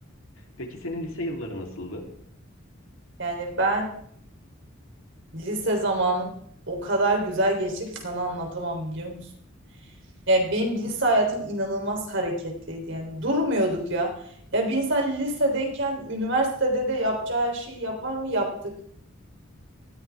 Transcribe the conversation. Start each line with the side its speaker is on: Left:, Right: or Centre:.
Left: Peki senin lise yılları nasıldı?
Right: Yani ben lise zamanım o kadar güzel geçti ki sana anlatamam biliyor musun? Yani benim lise hayatım inanılmaz hareketliydi yani. Durmuyorduk ya. Ya bir insan lisedeyken üniversitede de yapacağı her şeyi yapar mı? Yaptık.